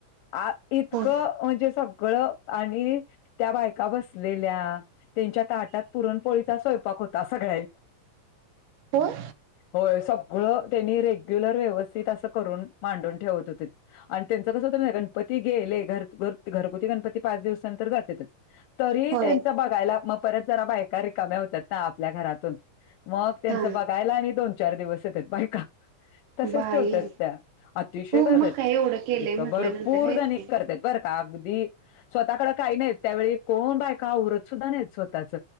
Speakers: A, on the left (about 80°); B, on the right (about 80°).
A: आ इतकं
B: होय
A: म्हणजे सगळं आणि त्या बायका बसलेल्या त्यांच्या ताटात पुरणपोळीचा स्वयंपाक होता सगळ्या
B: होय
A: होय स सगळं त्यांनी रेग्युलर व्यवस्थित अस करून मांडून ठेवत होते आणि त्यांच कसं होत गणपती त गेले घर घरगुती गणपती पाच दिवसानंतर जातातच तरी
B: होय
A: त्यांच बघायला मग परत जरा बायका रिकाम्या होतात ना आपल्या घरातून मग त्यांचं
B: हा
A: बघायला आणि दोन चार दिवस येतेत बाय का तसेच
B: बाई
A: ठेवतात त्या अतिशय
B: हो
A: कातात
B: मग काय एवढं केलंय
A: इथ
B: म्हटल्यानंतर
A: भरपूर
B: आहेत
A: जणी
B: की
A: करतत बरं का अगदी स्वतःकडें काही नाहीत त्यावेळी कोण बाय का आवरत सुद्धा नाही स्वतःच